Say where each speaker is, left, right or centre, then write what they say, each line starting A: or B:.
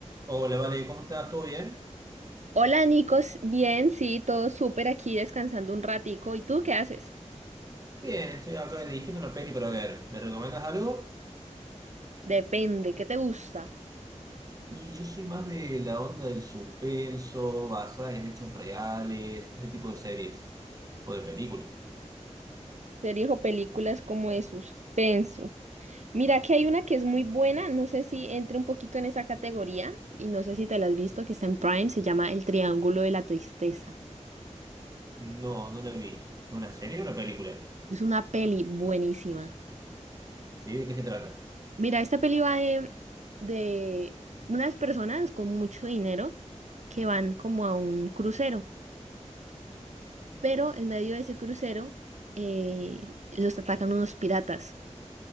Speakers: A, on the right; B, on the right.
A: Hola, Vale, ¿cómo estás? ¿Todo bien?
B: Hola, Nicos. Bien, sí, todo súper aquí descansando un ratico. ¿Y tú qué haces?
A: Bien, estoy acá eligiendo una peli para ver. ¿Me recomiendas algo?
B: Depende, ¿qué te gusta?
A: Y yo soy más de la onda del suspenso, basadas en hechos reales, ese tipo de series o de películas.
B: Series o películas como de suspenso. Mira que hay una que es muy buena, no sé si entre un poquito en esa categoría y no sé si te la has visto, que está en Prime, se llama El Triángulo de la Tristeza.
A: No, no la vi. ¿Es una serie o una película?
B: Es una peli buenísima.
A: ¿Sí? ¿De qué se trata?
B: Mira, esta peli va de, de unas personas con mucho dinero que van como a un crucero. Pero en medio de ese crucero eh, los atacan unos piratas.